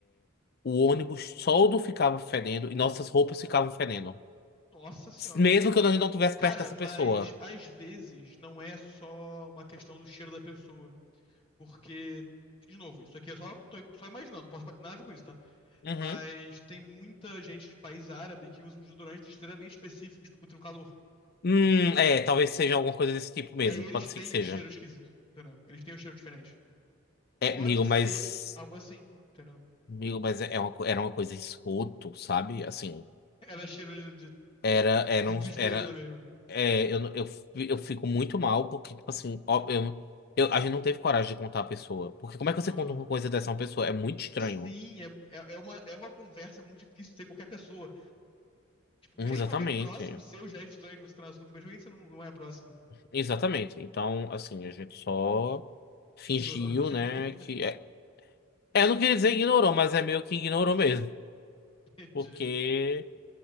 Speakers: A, on the left; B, on the left.
A: O ônibus todo ficava fedendo e nossas roupas ficavam fedendo.
B: Nossa senhora.
A: Mesmo que a gente não estivesse
B: Cara,
A: perto dessa
B: mas
A: pessoa.
B: às vezes não é só uma questão do cheiro da pessoa. Porque, de novo, isso aqui é só, tô só imaginando, não posso ter nada a ver com isso, tá?
A: Uhum.
B: Mas tem muita gente de país árabe que usa uns desodorantes extremamente específicos contra o calor.
A: Hum, é, talvez seja alguma coisa desse tipo mesmo.
B: E aí eles
A: Pode
B: têm
A: ser que seja.
B: o cheiro esquisito, entendeu? Eles têm o cheiro diferente.
A: É,
B: Pode
A: amigo,
B: ser
A: mas.
B: algo assim, entendeu?
A: Amigo, mas é uma, co- era uma coisa esgoto, sabe? Assim,
B: Era cheiro de, de-
A: era, era,
B: de
A: um,
B: tristeza
A: era,
B: mesmo,
A: é, eu, não- eu, fi- eu fico muito mal porque, tipo assim, ó, eu, eu, a gente não teve coragem de contar a pessoa. Porque como é que
B: né?
A: você conta uma coisa dessa a uma pessoa? É muito estranho.
B: Sim, é, é, é uma, é uma conversa muito difícil de ter qualquer pessoa. Tipo, mesmo
A: Hum, Exatamente.
B: alguém próximo seu já é estranho de você estar no assunto, mesmo alguém que você não, não é próximo.
A: Exatamente. Então, assim, a gente só fingiu,
B: Ignorou. <laughs>
A: né, que... É, é, eu não queria dizer ignorou, mas é meio que ignorou mesmo.
B: Entendi.
A: Porque...